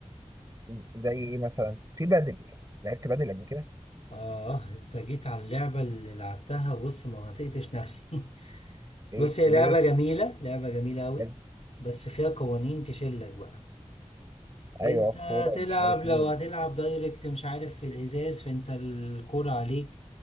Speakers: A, on the right; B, on the left.
A: ز- زي ايه مثلا في بدل لعبت بدل قبل كده
B: آه أنت جيت على اللعبة اللي لعبتها بص ما هطقتش نفسي <laughs>
A: ليه
B: بص هي
A: ليه
B: لعبة جميلة لعبة جميلة أوي
A: بدل.
B: بس فيها قوانين تشلك بقى
A: ايوه
B: انت
A: كوره ومش
B: تلعب
A: عارف
B: لو
A: ايه
B: هتلعب دايركت مش عارف في الازاز فانت الكرة عليك